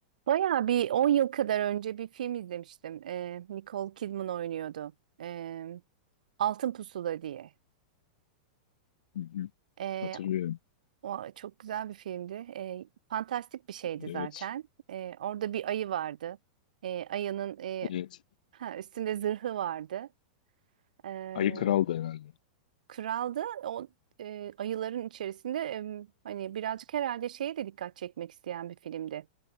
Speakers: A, on the right; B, on the left.
A: Bayağı bir 10 yıl kadar önce bir film izlemiştim. Ee, Nicole Kidman oynuyordu. Ee, Altın Pusula diye.
B: Hı hı.
A: Ee,
B: Hatırlıyorum.
A: o çok güzel bir filmdi. Ee, fantastik bir şeydi
B: Evet.
A: zaten. Ee, orada bir ayı vardı. Ee, ayının e,
B: Evet.
A: ha, üstünde zırhı vardı. Ee,
B: Ayı Kral'dı herhalde.
A: kraldı. O e, ayıların içerisinde e, hani birazcık herhalde şeye de dikkat çekmek isteyen bir filmdi.